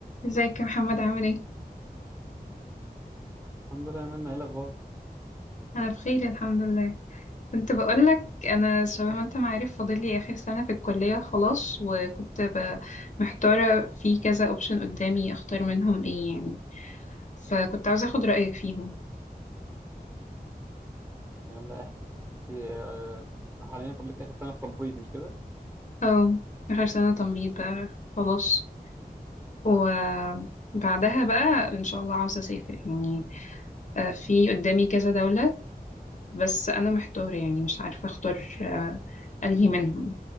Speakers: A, on the left (about 50°); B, on the right (about 15°).
A: ازيك يا محمد عامل ايه؟
B: الحمد لله يا منى ايه الاخبار
A: انا بخير الحمد لله كنت بقولك انا شبه ما انت ما عارف فاضل لي اخر سنة في الكلية خلاص وكنت ب- محتارة في كذا اوبشن قدامي اختار منهم ايه يعني فكنت عاوزة اخد رأيك فيهم
B: يلا احكي انت آه، حاليا فاضلك اخر سنه في تمريض مش كده
A: او اخر سنة تمريض بقى خلاص وبعدها بقى ان شاء الله عاوزة اسافر يعني آه، في قدامي كذا دولة بس انا محتارة يعني مش عارفة اختار آه، انهي منهم